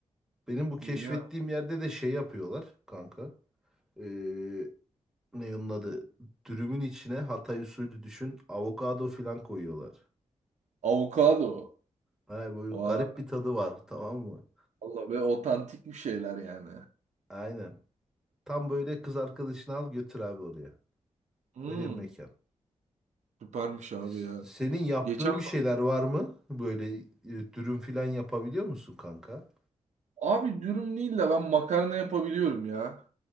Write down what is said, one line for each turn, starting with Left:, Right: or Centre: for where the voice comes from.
Centre: Benim bu keşfettiğim
Right: niye?
Centre: yerde de şey yapıyorlar kanka. Ee, ne onun adı? Dürümün içine Hatay usulü düşün. Avokado filan koyuyorlar.
Right: Avokado.
Centre: Ha, böyle
Right: Vay.
Centre: garip bir tadı var <laughs> tamam mı?
Right: Valla ve otantik bir şeyler yani.
Centre: Aynen. Tam böyle kız arkadaşını al götür abi oraya.
Right: Hmm,
Centre: Öyle bir mekan.
Right: süpermiş abi
Centre: S-
Right: ya.
Centre: Senin yaptığın
Right: Geçen
Centre: bir şeyler var mı? Böyle e, dürüm filan yapabiliyor musun kanka?
Right: abi dürüm değil de ben makarna yapabiliyorum ya.